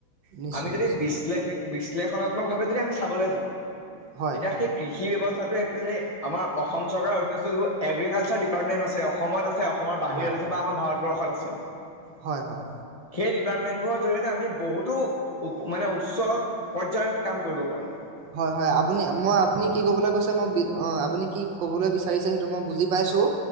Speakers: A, on the right; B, on the left.
A: নিশ্চয়
B: আমি যদি
A: নিশ্চয়
B: বিশ্লেষ-বিশ্লেষ বিশ্লেষণাত্মক ভাৱে যদি আমি চাবলৈ যাওঁ।
A: হয়
B: তেতিয়া সেই কৃষি ব্যৱস্থাটো একচোৱেলি আমাৰ অসম চৰকাৰধনস্থ যিবোৰ এগ্ৰিকালচাৰ ডিপাৰ্টমেট আছে। সময়ত আছ আছে অসমৰ বাহিৰত
A: হয়
B: আছে বা আমাৰ ভাৰত বৰ্ষত আছে।
A: হয় হয়।
B: সেই ডিপাৰ্টমেন্টবোৰৰ জৰিয়তে আমি বহুতো মানে উচ্চ পৰ্যয়ৰ আমি কাম কৰিব পাৰোঁ।
A: হয় হয় আপুনি মই আপুনি কি কবলৈ কৈছে মই অ আপুনি কি কবলৈ বিচাৰিছে সেইটো মই বুজি পাইছো।